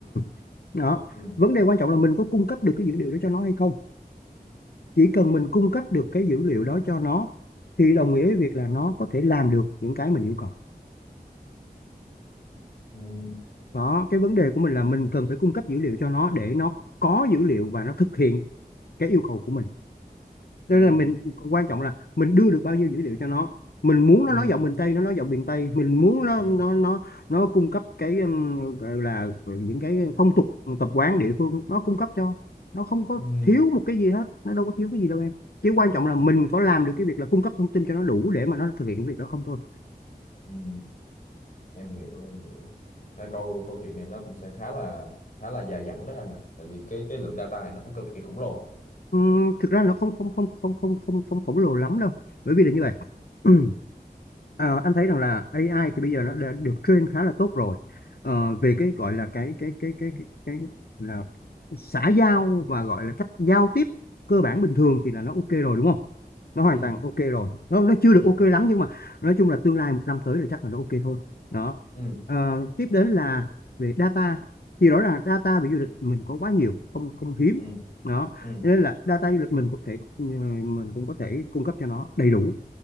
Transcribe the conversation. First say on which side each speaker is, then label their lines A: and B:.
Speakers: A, on the left; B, on the left.
A: <clears throat> đó
B: ừ
A: vấn đề quan trọng là mình có cung cấp được cái dữ liệu đó cho nó hay không chỉ cần mình cung cấp được cái dữ liệu đó cho nó thì đồng nghĩa với việc là nó có thể làm được những cái mình yêu cầu
B: ừ
A: đó cái vấn đề của mình là mình cần phải cung cấp dữ liệu cho nó để nó có dữ liệu và nó thực hiện cái yêu cầu của mình tức
B: ừ
A: là mình quan trọng là mình đưa được bao nhiêu dữ liệu cho nó mình muốn nó
B: ừ
A: nói giọng miền Tây nó nói giọng miền Tây mình muốn nó
B: ừ
A: nó nó nó cung cấp cái um, gọi là những cái phong tục tập quán địa phương nó cung cấp cho nó không có
B: ừ
A: thiếu một cái gì hết nó đâu có thiếu cái gì đâu em chỉ quan trọng là
B: ừ,
A: mình có làm được cái việc là cung cấp thông tin cho nó đủ để mà nó thực hiện cái việc đó không thôi
B: ừ. em hiểu em hiểu à, câu câu chuyện này nó cũng sẽ khá là khá là dài dẳng đấy anh à tại vì cái cái lượng data này nó phải cực kỳ khổng lồ
A: Ừm, thực ra nó không không không không không không không khổng lồ lắm đâu bởi vì là như vậy <clears throat> Ờ, anh thấy rằng là AI thì bây giờ nó đã được train khá là tốt rồi Ờ, về cái gọi là cái cái cái cái cái, cái là xã giao và gọi là cách giao tiếp cơ bản bình thường thì là nó ok rồi đúng không nó hoàn
B: ừ
A: toàn ok rồi nó nó chưa được
B: ừ
A: ok lắm nhưng mà nói chung là tương lai một năm tới là chắc là nó ok thôi đó
B: ừ
A: Ờ, tiếp đến là về data thì rõ ràng data về du lịch mình có quá nhiều không không hiếm
B: ừ
A: đó
B: ừ
A: nên là data du lịch mình cũng thể ờ, mình cũng có thể cung cấp cho nó đầy đủ